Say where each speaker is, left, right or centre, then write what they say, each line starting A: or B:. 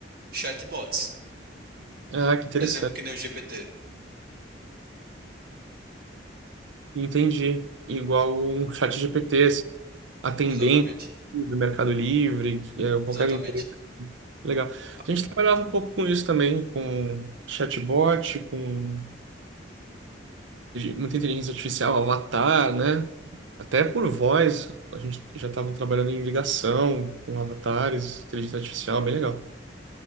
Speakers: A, on the right (about 50°); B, on the right (about 75°).
A: chatbots,
B: Ah, que interessante.
A: por exemplo, que nem o GPT.
B: Entendi. Igual um chat GPT, esse atendente
A: Exatamente,
B: do Mercado Livre, é, qualquer
A: exatamente.
B: empresa. Legal.
A: Ah,
B: A gente trabalhava um pouco com isso também, com chatbot, com muita inteligência artificial, avatar, né? Até por voz, a gente já estava trabalhando em ligação com avatares, inteligência artificial, bem legal.